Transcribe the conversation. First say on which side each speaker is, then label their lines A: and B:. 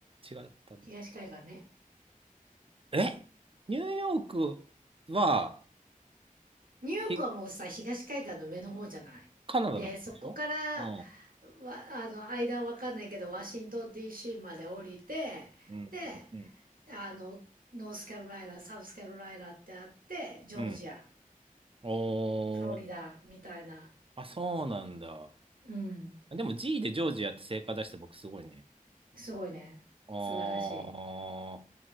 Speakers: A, on the right; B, on the right.
A: 違ったんだ。
B: 東海岸ね。
A: えニューヨークは、
B: ニューヨークはもうさ、
A: ひ、
B: 東海岸の上の方じゃない。
A: カナダの方でしょうん。
B: で、そこから、わ、あの、間はわかんないけど、ワシントン DC まで降りて、
A: うん。
B: で、
A: うん。
B: あの、ノースカロライナ、サウスカロライナってあって、ジョージア、
A: うん。おー。
B: フロリダみたいな。
A: あ、そうなんだ。
B: うん。
A: でも G でジョージアって正解出して僕すごいね。
B: すごいね。
A: あー、
B: 素晴らしい。